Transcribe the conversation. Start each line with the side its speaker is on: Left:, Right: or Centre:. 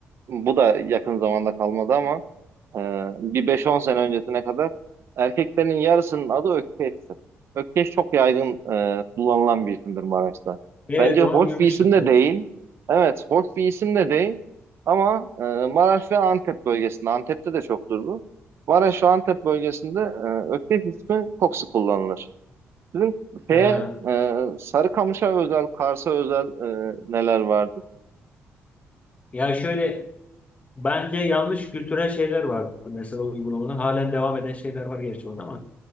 Right: bu da yakın zamanda kalmadı ama e, bir 5-10 sene öncesine kadar erkeklerin yarısının adı Ökkeş'tir. Ökkeş çok yaygın e, kullanılan bir isimdir Maraş'ta.
Left: Evet
Right: Bence hoş
Left: onu duymuştum.
Right: bir isim de
Left: Evet.
Right: değil. Evet, hoş bir isim de değil. Ama e, Maraş ve Antep bölgesinde, Antep'te de çoktur bu. Maraş ve Antep bölgesinde e, Ökkeş ismi çok sık kullanılır. Sizin
Left: Ha.
Right: şeye, e, Sarıkamış'a özel, Kars'a özel e, neler vardı?
Left: Ya şöyle bence yanlış kültürel şeyler var. Mesela uygulamadan halen devam eden şeyler var gerçi orada ama.